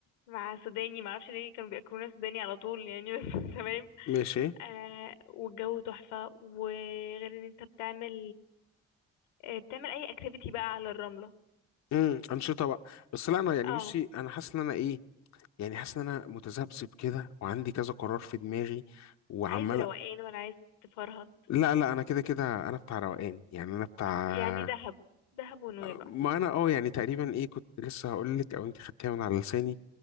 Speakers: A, on the left; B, on the left.
A: مع سوداني ما اعرفش ليه كانوا بياكلونا سوداني على طول يعني بس <laughs> تمام
B: ماشي
A: آه والجو تحفة وغير ان انت بتعمل آه بتعمل اي اكتيفيتي بقى على الرملة
B: امم انشطه بقى بس لا انا يعني
A: اه
B: بصي انا حاسس ان انا ايه يعني حاسس ان انا متذبذب كده وعندي كذا قرار في دماغي وعمال
A: عايز روقان ولا عايز تفرهد
B: لا لا انا كده كده انا بتاع روقان يعني انا بتاع
A: يعني دهب دهب ونويبع
B: ما انا اه يعني تقريبا ايه كنت لسه هقول لك او انت خدتيها من على لساني